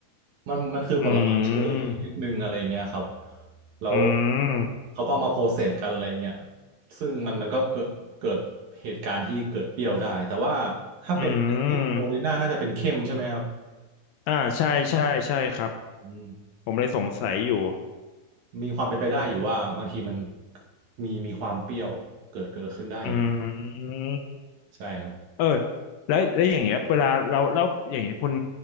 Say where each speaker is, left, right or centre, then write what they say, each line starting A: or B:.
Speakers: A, on the right; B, on the left.
A: มันมันคือผลไม้เชอร์รี่ชนิดหนึ่งอะไรอย่างเงี้ยครับ
B: อืม
A: แล้ว
B: อืม
A: เขาก็เอามาโพสเซสกันอะไรอย่างเงี้ยซึ่งมันมันก็เกิดเกิดเหตุการณ์ที่เกิดเปรี้ยวได้แต่ว่าถ้าเป็น
B: อืม
A: โอลิน่าน่าจะเป็นเข้มใช่ไหมครับ
B: อ่าใช่ใช่ใช่ครับ
A: อืม
B: ผมเลยสงสัยอยู่
A: มีความเป็นไปได้อยู่ว่าบางทีมันมีมีความเปรี้ยวเกิดเกิดขึ้นได้อยู่
B: อืม
A: ใช่ครับ
B: เออแล้วแล้วอย่างเงี้ยเวลาเราเราอย่างเงี้ยคุณ